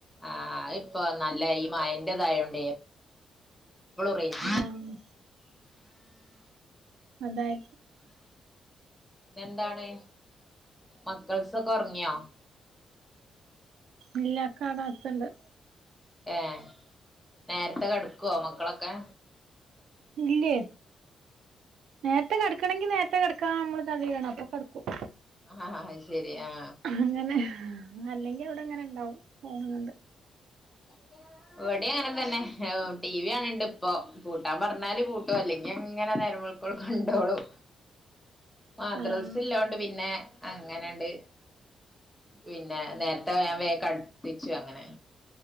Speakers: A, in the centre; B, on the right (about 80°).
A: ആ ഇപ്പൊ നല്ല ഈ മയ തായോണ്ട റൈഞ്ച
B: ആഹ് അതായത്
A: എന്താണ് മക്കൾസൊക്കെ ഒ റങ്ങിയോ
B: ഇല്ലക്കണോ അകത്ത് ണ്ട്
A: ഏ നേരത്തെക്കെടുക്കോ മക്കളൊക്കെ
B: ഇല്ലെയ് നേരത്തെ കടക്കണെങ്കിൽ നേരത്തെ കടക്കാ നമ്മള് തള്ളിഇടണം അപ്പ കടക്കും
A: ആഹ് ആ ശരി ആ
B: അങ്ങനെ അല്ലെങ്കിൽ അവിടെ ഇങ്ങനെ ഇണ്ടാവും ഫോണ് കണ്ട്
A: <inaudible> ഇവിടെ അങ്ങനെ തന്നെ ടിവി ആണിണ്ട് ഇപ്പൊ പൂട്ടാൻ പറഞ്ഞാല് പൂട്ടും അല്ലെങ്കിൽ അങ്ങനെ നേരം വെളി ഇപ്പോൾ കണ്ടോളും മദ്രസ്
B: ആഹ്
A: ഇല്ലതോണ്ട് പിന്നെ അങ്ങനെയണ്ട് പിന്നെ നേരത്തെ ഞാൻ വേ കടുപ്പി ച്ചു അങ്ങനെ